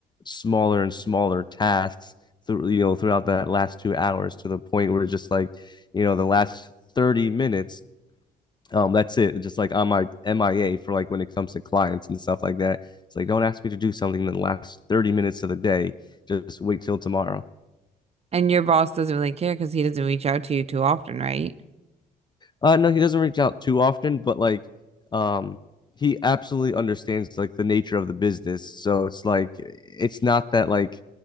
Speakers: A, on the left (about 20°); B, on the right (about 30°).
A: smaller and smaller tasks through you know throughout that last two hours to the point where it's just like you know the last 30 minutes um, that's it. Just like I'm like MIA for like when it comes to clients and stuff like that. It's like don't ask me to do something in the last 30 minutes of the day. Just wait till tomorrow.
B: And your boss doesn't really care because he doesn't reach out to you too often, right?
A: Uh, no, he doesn't reach out too often, but like, um, he absolutely understands like the nature of the business. So it's like, it's not that like,